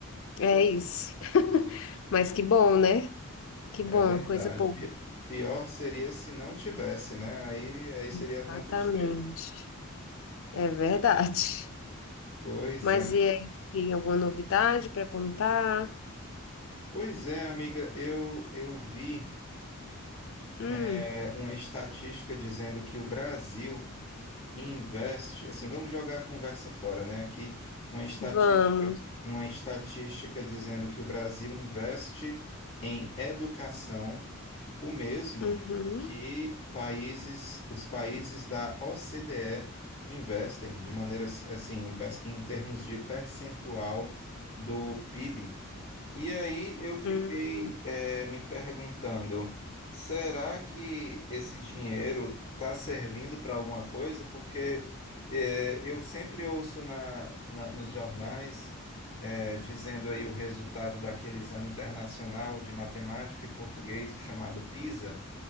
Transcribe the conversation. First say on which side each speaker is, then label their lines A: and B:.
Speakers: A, on the left; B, on the left.
A: é isso. <laughs> Mas que bom, né? Que
B: É
A: bom,
B: verdade.
A: coisa boa.
B: Pi- Pior seria se não tivesse, né? Aí, aí seria
A: Exatamente.
B: uma tristeza.
A: É verdade.
B: Pois
A: Mas
B: é.
A: e aí, tem alguma novidade para contar?
B: Pois é, amiga, eu, eu vi
A: Hum,
B: é, uma estatística dizendo que o Brasil investe, assim, vamos jogar a conversa fora, né? Aqui uma estatística,
A: vamos.
B: uma estatística dizendo que o Brasil investe em educação o mesmo
A: Uhum,
B: que países, os países da OCDE investem de maneiras assim, em per- em termos de percentual do PIB. E aí eu fiquei
A: hum,
B: eh, me perguntando, será que esse dinheiro está servindo para alguma coisa? Porque eh, eu sempre ouço na, na- nos jornais eh, dizendo aí o resultado daquele exame internacional de matemática e português chamado PISA